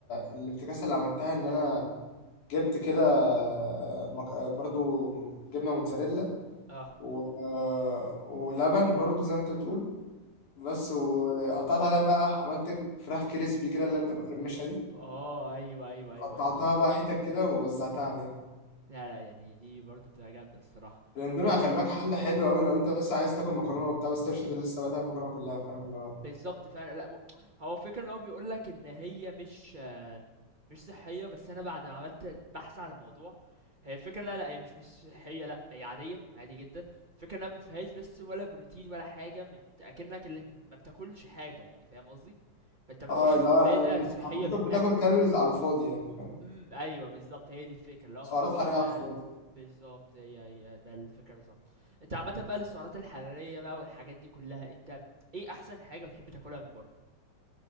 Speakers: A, on the left (about 85°); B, on the right (about 35°).
A: الافتكاسة اللي عملتها إن أنا جبت كده آه، مك- آه، برضو جبنة موتزاريلا
B: اه <laughs>
A: و... ولبن برضو زي ما أنت بتقول بس وقطعت عليها بقى عملت فراخ كريسبي كده اللي هي بتبقى مقرمشة دي
B: اه ايوه ايوه ايوه
A: قطعتها
B: ايوه
A: بقى حتت كده ووزعتها عليها
B: لا لا يعني دي برضه بتبقى جامدة الصراحة
A: الاندومي
B: هي
A: خلي بالك حل حلو قوي لو انت بس عايز تاكل مكرونه وبتاع بس انت مش قادر لسه بقى تعمل المكرونه كلها فاهم اللي هو
B: بالضبط فعلًا، لأ و هو الفكرة إن هو بيقول لك إن هي مش مش صحية، بس أنا بعد ما عملت بحث عن الموضوع، هي الفكرة لا، لأ، هي مش مش صحية لأ، هي عادية، عادي جدًا، الفكرة إنها ما فيهاش بس ولا بروتين ولا حاجة م أكنك ال ما بتاكلش حاجة يعني فاهم قصدي؟ فأنت ما
A: اه
B: فيش استفادة
A: اللي هو انت
B: صحية
A: بتاكل
B: منها.
A: بتاكل كالوريز على الفاضي يعني فاهم
B: إمم، أيوه بالضبط، هي دي الفكرة، اللي هو
A: سعرات
B: ما فيش
A: حراريه
B: منها
A: على الفاضي
B: بالضبط، هي هي ده الفكرة بالضبط. أنت عامةً بقى للسعرات الحرارية بقى والحاجات دي كلها، أنت إيه أحسن حاجة بتحب تاكلها من برّه؟